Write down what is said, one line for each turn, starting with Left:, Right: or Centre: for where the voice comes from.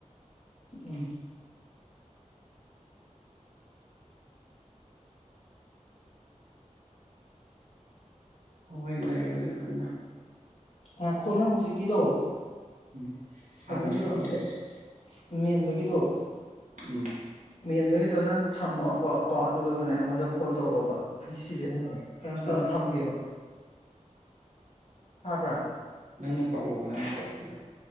Left: ꯎꯝ
Right: ꯍꯣꯏ ꯂꯩꯔꯨꯁꯦ ꯐꯖꯅ
Left: ꯉꯈꯣꯏ ꯅꯪ ꯍꯧꯖꯤꯛꯀꯤꯗꯣ
Right: ꯎꯝ
Left: ꯍꯧꯖꯤꯛꯀꯤꯗꯣ
Right: ꯍꯥꯟꯅ ꯀꯛꯑꯣꯅꯦ
Left: ꯑꯝꯇ ꯃꯦꯟꯕꯒꯤ ꯠꯇꯣ
Right: ꯎꯝ
Left: ꯃꯤ ꯑ ꯑꯃꯗꯒꯤꯗꯣ ꯅꯪ ꯊꯝꯃꯣꯕ ꯀꯣ ꯑꯗꯨꯒ ꯀꯩꯩꯅꯣꯅꯦ ꯑꯩꯉꯣꯟꯗ ꯐꯣꯟ ꯇꯧꯔꯛꯑꯣꯕ ꯑꯩ ꯁꯤꯁꯦ
Right: ꯅꯪꯅ
Left: ꯀꯩꯅꯣ ꯇꯧꯔ
Right: ꯅꯪꯅ ꯀꯛꯑꯣ
Left: ꯊꯝꯒꯦꯕ ꯊꯥꯕ꯭ꯔꯥ
Right: ꯅꯪꯅ ꯀꯛꯑꯣꯕ ꯅꯪꯅ ꯇꯧꯔꯛꯇꯅ